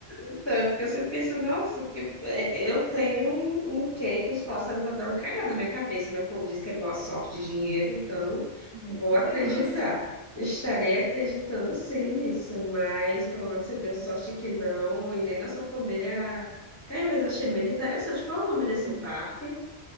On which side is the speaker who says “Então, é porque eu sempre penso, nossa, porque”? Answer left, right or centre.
Left